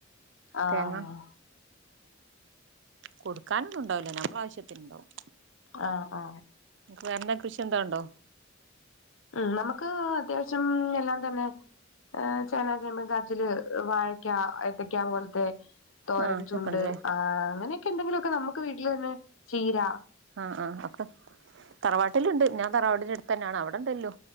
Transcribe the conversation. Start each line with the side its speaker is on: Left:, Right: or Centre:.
Left: ആഹ്
Right: തേങ്ങ. കൊടുക്കാനൊന്നും ഇണ്ടാകൂല്ല ഞമ്മളാവശ്യത്തിനിണ്ടാവും.
Left: ആ ആ
Right: വെണ്ട കൃഷി എന്തോ എണ്ടോ?
Left: ഉം നമുക്ക് അത്യാവശ്യം എല്ലാം തന്നെ ആ ചേനാ, ചേമ്പ്, കാച്ചില്, വാഴക്ക, എത്തക്കാ പോലത്തെ തോരൻചുണ്ട്
Right: ആഹ് ഇതൊക്കെ ഉണ്ടല്ലേ
Left: ആഹ് അങ്ങനെയൊക്കെ എന്തെങ്കിലു ഒ ക്കെ നമുക്ക് വീട്ടില് തന്നെ ചീര
Right: ആ ആ അക്ക് തറവാട്ടിലുണ്ട് ഞാൻ തറവാടിന്റെ അടുത്ത് തന്നെയാണ് അവിടെണ്ടല്ലൊ